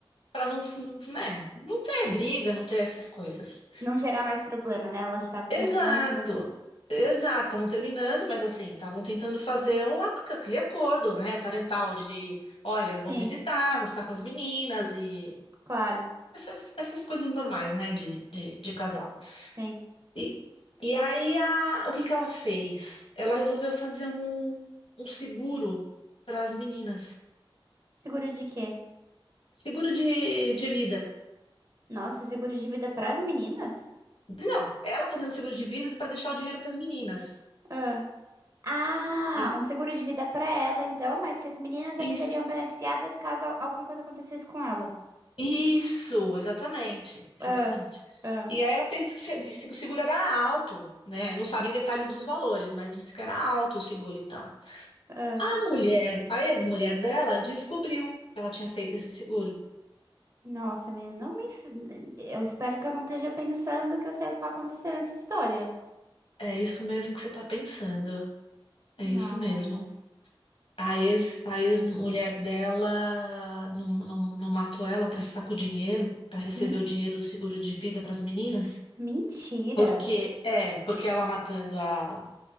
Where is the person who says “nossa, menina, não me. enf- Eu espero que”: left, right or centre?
Right